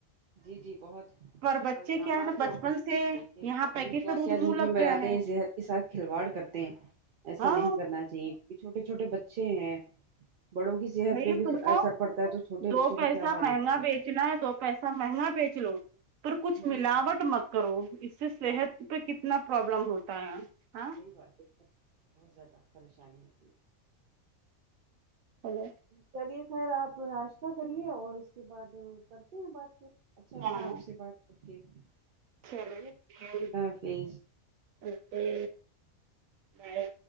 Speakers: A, on the right; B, on the right.
A: جی جی بہت
B: پر بچے
A: یہاں
B: کیا ہے نا بچپن
A: تو کچھ
B: سے
A: مت کہیے
B: یہاں
A: پتا
B: پیکٹ
A: نہیں کیا
B: کا
A: کیا دودھ
B: منہ لگ
A: میں ملاتے
B: گیا ہے
A: ہیں صحت کے ساتھ کھلواڑ کرتے ہیں ایسا
B: ہاں
A: نہیں کرنا کہ چھوٹے چھوٹے بچے ہیں بڑوں کی صحت
B: نہیں
A: پہ بھی
B: تم کو
A: اثر پڑتا ہے تو چھوٹے
B: دو
A: بچوں
B: پیسہ
A: کا کیا حال
B: مہنگا
A: ہوتا ہوگا
B: بیچنا ہے دو پیسہ مہنگا بیچ لو پر کچھ
A: ہوں
B: ملاوٹ
A: ہوں
B: مت کرو اس سے
A: ملاوٹ
B: صحت پہ کت نا پرابلم ہوتا ہے ہاں
A: واقع میں بہت زیادہ پریشانی ہے
B: ہلو
A: چلیے خیر آپ ناشتہ کریے اور اس کے بعد کرتے ہیں بات پھر اچھا
B: ہاں
A: لگا آپ سے بات کر کے
B: چلو
A: اوکے اللہ حافظ
B: اوکے بائے